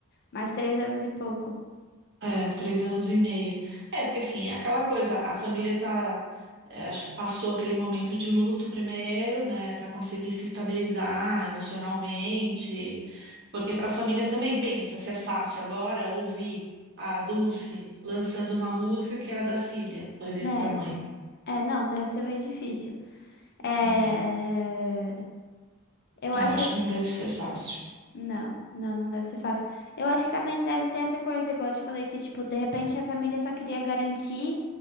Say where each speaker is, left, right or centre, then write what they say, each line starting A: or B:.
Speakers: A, on the left; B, on the right.
A: mas três anos e pouco.
B: É, três anos e meio. É, porque assim, é aquela coisa, a família tá, é, acho que passou aquele momento de luto primeiro, né, para conseguir se estabilizar emocionalmente, porque para a família também pensa se é fácil agora ouvir a Dulce lançando uma música que era da filha, por exemplo,
A: É,
B: para a mãe,
A: é, não, deve ser bem difícil. É,
B: né?
A: eu
B: Eu
A: acho,
B: acho que não deve ser fácil.
A: Não, não, não deve ser fácil. Eu acho que também deve ter essa coisa, igual eu te falei, que, tipo, de repente a família só queria garantir